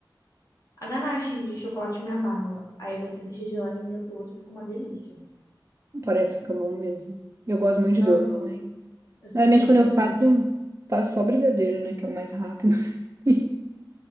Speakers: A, on the left (about 40°); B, on the right (about 35°).
A: a ganache de chocolate meio amargo. Aí você deixa gelar de um dia pro outro, fica uma delícia.
B: Parece ficar bom mesmo. Eu gosto muito de
A: Aham,
B: doce também.
A: eu
B: Normalmente,
A: também gosto
B: quando eu
A: bastante.
B: faço, faço só brigadeiro, né? Que é o mais rápido. <laughs>